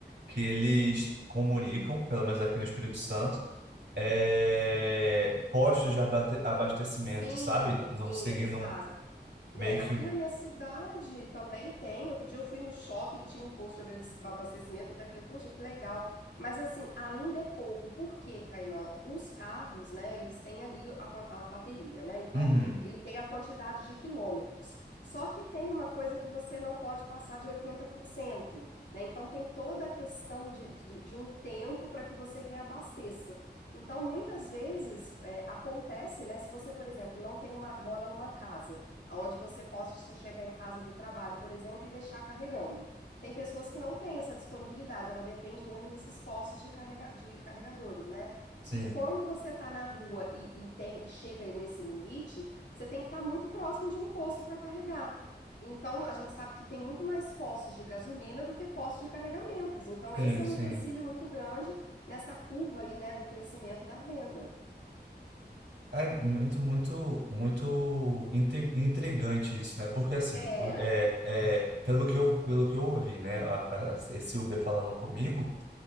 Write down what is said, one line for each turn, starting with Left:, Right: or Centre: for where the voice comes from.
Right: que eles comunicam, pelo menos aqui no Espírito Santo, é, postos de abate- abastecimento,
Left: Sim,
Right: sabe? Não
Left: sim,
Right: seguindo
Left: eles fazem.
Right: um- meio
Left: Né, aqui
Right: que um.
Left: na minha cidade também tem. Outro dia eu fui no shopping, tinha um posto de abe- abastecimento, eu até falei, poxa, que legal. Mas assim, ainda é pouco. Por quê, Kainan? Os carros, né, eles têm ali a, quan- a bateria, né? Então,
Right: Uhum,
Left: ele tem a quantidade de quilômetros. Só que tem uma coisa que você não pode passar de oitenta por cento né? Então, tem toda a questão de, de, de um tempo para que você reabasteça. Então, muitas vezes é, acontece, né? Se você, por exemplo, não tem uma, mora numa casa onde você possa chegar em casa do trabalho, por exemplo, e deixar carregando. Tem pessoas que não têm essa disponibilidade, ela depende mesmo desses postos de, carrega, de carregadores, né?
Right: sim,
Left: E quando você está na rua e, e tem e chega nesse limite, você tem que estar muito próximo de um posto para carregar. Então, a gente sabe que tem muito mais postos de gasolina do que postos de carregamentos. Então,
Right: sim,
Left: esse é um
Right: sim.
Left: empecilho muito grande nessa curva aí, né, do crescimento da venda.
Right: É muito, muito, muito inte- intrigante isso, né? Porque assim,
Left: É,
Right: o- é, é, pelo que eu, pelo que eu ouvi, né? a- a- esse Uber falando comigo.